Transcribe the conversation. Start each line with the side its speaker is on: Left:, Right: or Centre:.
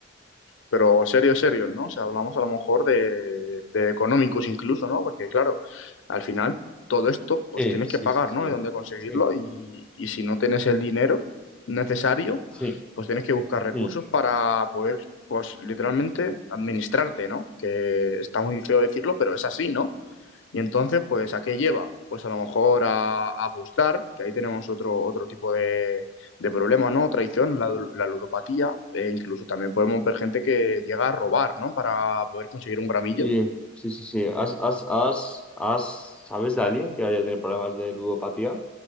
Left: Pero serio, serio, ¿no? O sea, hablamos a lo mejor de, de económicos incluso, ¿no? Porque claro, al final todo esto pues
Centre: Sí,
Left: tienes
Centre: sí,
Left: que pagar,
Centre: sí, sí.
Left: ¿no? De dónde conseguirlo
Centre: Sí,
Left: y, y si no tienes el dinero necesario,
Centre: sí,
Left: pues tienes que buscar recursos
Centre: sí.
Left: para poder, pues literalmente administrarte, ¿no? Que está muy feo decirlo, pero es así, ¿no? Y entonces, pues, ¿a qué lleva? Pues a lo mejor a, a apostar, que ahí tenemos otro, otro tipo de, de problema, ¿no? Traición, la, la ludopatía, e incluso también podemos ver gente que llega a robar, ¿no? Para poder conseguir un gramillo.
Centre: Sí, sí, sí, sí. ¿Has, has, has, has- sabes de alguien que haya tenido problemas de ludopatía?